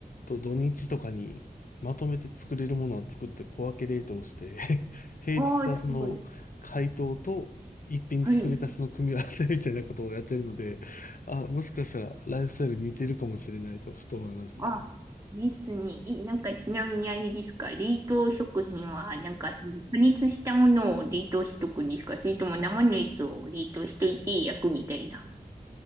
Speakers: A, on the left; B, on the right.
A: と土日とかにまとめて作れるものは作って小分け冷凍して <laughs> 平日はその解凍と一品作り足しの組み合わせみたいなことをやってるので、
B: ああ、すごい。はい。
A: あ、もしかしたらライフスタイル似てるかもしれないとふと思いましたね。
B: あ、ですね。え、なんかちなみにあれですか、冷凍食品は、なんか加熱したものを冷凍しとくんですかそれとも生のやつを冷凍しといて焼くみたいな。